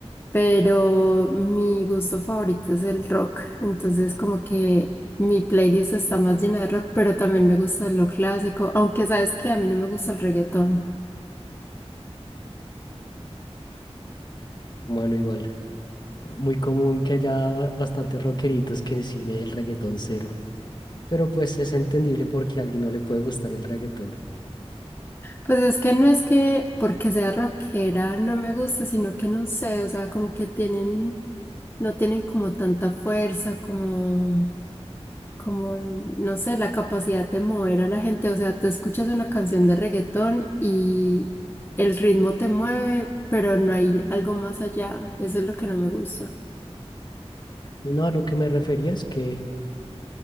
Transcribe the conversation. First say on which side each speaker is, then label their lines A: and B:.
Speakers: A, on the left; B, on the left.
A: pero mi gusto favorito es el rock. Entonces como que mi playlist está más llena de rock, pero también me gusta lo clásico, aunque sabes que a mí no me gusta el reggaetón.
B: Bueno, igual, muy común que haya ba- bastantes rockeritos que sin el reggaetón cero. Pero pues es entendible porque a alguien no le puede gustar el reggaetón.
A: Pues es que no es que porque sea rockera no me gusta, sino que no sé, o sea, como que tienen, no tienen como tanta fuerza, como como, no sé, la capacidad de mover a la gente. O sea, tú escuchas una canción de reggaetón y el ritmo te mueve, pero no hay algo más allá. Eso es lo que no me gusta.
B: No, a lo que me refería es que